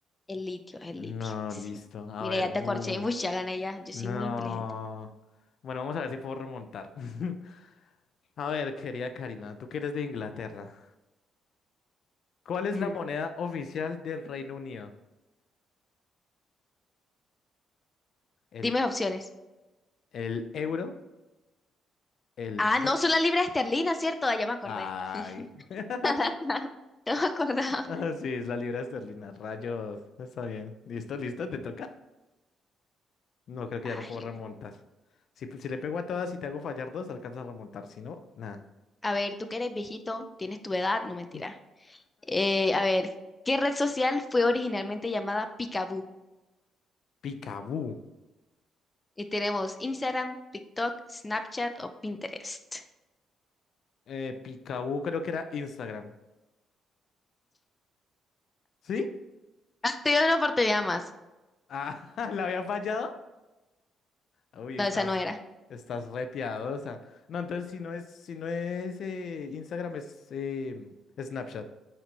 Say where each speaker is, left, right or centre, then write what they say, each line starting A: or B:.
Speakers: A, on the left; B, on the left.
A: El litio, el
B: No,
A: litio, sí.
B: listo. A
A: Mira,
B: ver,
A: ya
B: bu.
A: te acorché. Uy, ya gané ya. Yo
B: No.
A: soy muy inteligente.
B: Bueno, vamos a ver si puedo remontar. <laughs> A ver, querida Karina, tú que eres de Inglaterra. ¿Cuál es
A: Mm.
B: la moneda oficial del Reino Unido? ¿El,
A: Dime opciones.
B: el euro? ¿El...
A: Ah,
B: do-
A: no, son las libras esterlinas, ¿cierto? Ah, ya me acordé.
B: Ay. <laughs>
A: <laughs> No me acordaba.
B: Ah, sí, es la libra esterlina. Rayos. Está bien. ¿Listo, listo? ¿Te toca? No, creo que
A: Ay,
B: ya no puedo remontar. Si, si le pego a todas y te hago fallar dos, alcanza a remontar. Si no, nada.
A: a ver, tú que eres viejito, tienes tu edad, no mentira.
B: Mm,
A: Eh, a ver, ¿qué red social fue originalmente llamada Picaboo?
B: Picaboo.
A: Y tenemos Instagram, TikTok, Snapchat o Pinterest.
B: Eh, Picaboo creo que era Instagram. ¿Sí?
A: Ah, te doy una oportunidad más.
B: Ah, <laughs> ¿la había fallado? Uy,
A: No,
B: estás,
A: esa no era.
B: estás re piadosa. No, entonces si no es, si no es eh, Instagram, es eh, Snapchat.